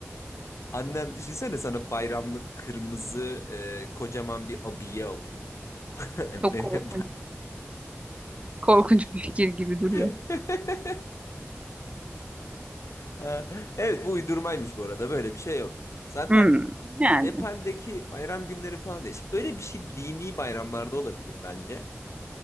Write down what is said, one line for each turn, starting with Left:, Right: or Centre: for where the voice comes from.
Left: Annen düşünsene sana bayramlık kırmızı e, kocaman bir abiye alıyor. <laughs>
Right: Çok
Left: Ne?
Right: korkunç, korkunç bir fikir gibi duruyor.
Left: <laughs> Ha, Evet bu uydurmaymış bu arada böyle bir şey yok. Zaten
Right: Hmm, yani.
Left: Nepal'deki bayram günleri falan değişik. Böyle bir şey dini bayramlarda olabilir bence.